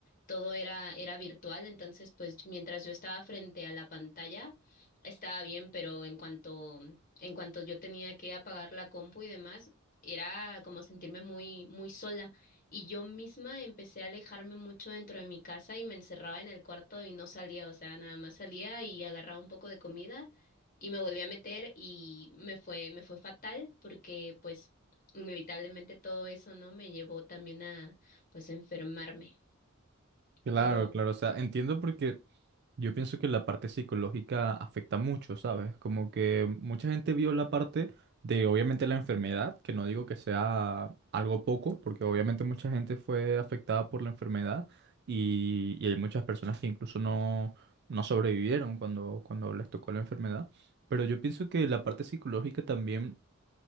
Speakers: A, on the left; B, on the right.
A: Todo era, era virtual, entonces, pues mientras yo estaba frente a la pantalla, estaba bien, pero en cuanto, en cuanto yo tenía que apagar la compu y demás, era como sentirme muy, muy sola. Y yo misma empecé a alejarme mucho dentro de mi casa y me encerraba en el cuarto y no salía, o sea, nada más salía y agarraba un poco de comida y me volví a meter y me fue, me fue fatal porque pues inevitablemente todo eso, ¿no? Me llevó también a pues a enfermarme.
B: Claro,
A: Pero
B: claro, o sea, entiendo porque yo pienso que la parte psicológica afecta mucho, ¿sabes? Como que mucha gente vio la parte de, obviamente, la enfermedad, que no digo que sea algo poco, porque obviamente mucha gente fue afectada por la enfermedad y, y hay muchas personas que incluso no, no sobrevivieron cuando, cuando les tocó la enfermedad, pero yo pienso que la parte psicológica también